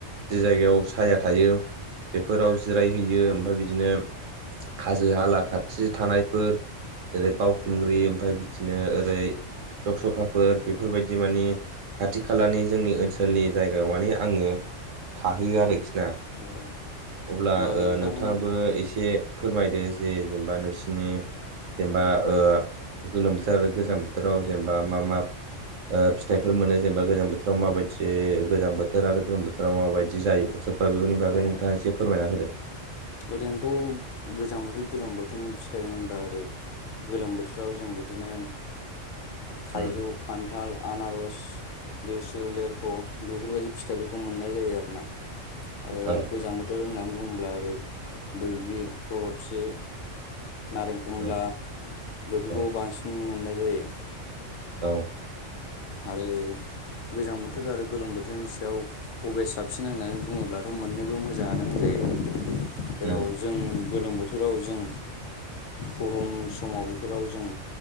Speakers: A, on the right; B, on the left.
A: जि जायगायाव साया थायो बेफोराव जिरायहैयो
B: औ
A: ओमफ्राय बिदिनो हाजो हाला खाथि थानायफोर जेरै बावउखुंग्रि ओमफ्राय बिदिनो ओरै सख सखाफोर बेफोरबायदि माने खाथि खालानि जोंनि ओनसोलनि जायगायाव माने आंङो थाहैयो आरोखि ना
B: आरोखि औ
A: अब्ला
B: होमबा नोंथां
A: ओ नोंथांङाबो एसे एसे फोरमायदो जे जेनेबा नोंसिनि जेनेबा
B: औ
A: गोलोम बोथोर आरो गोजां बोथोराव जेनेबा मा मा ओ फिथाइफोर मोनो जेनेबा गोजां बोथोराव माबायदि गोजां बोथोर आरो गोलोम बोथोराव माबायदि जायो बोथोर बेनि बागै
B: औ
A: नोंथांङा एसे फोरमायना होदो
B: ओरैनोथ' गोजां बोथोर गोलोम बोथोरनि फिथाइ होनोब्ला ओरै गोलोम बोथोराव जों बिदिनो थाइजौ
A: उम
B: खान्थाल आनारस लेसु लेर ख बेफोरबायदि फिथाइफोरखौ मोननाय जायो आरोना आरो गोजां
A: औ
B: बोथोर बोथोर होनना बुंङोब्ला आरो बैग्रि जलफि नारें खमला
A: उम
B: बेफोरखौ
A: औ
B: बांसिन मोननाय जायो
A: औ
B: आरो गोजां बोथोर आरो गोलोम बोथोरनि सायाव बबे साबसिन होननानै बुंङोब्लाथ' मोननैबो मोजांङानो होनजायो जेराव
A: उम
B: जों गोलोम बोथोराव जों गरम समाव बेफोराव जों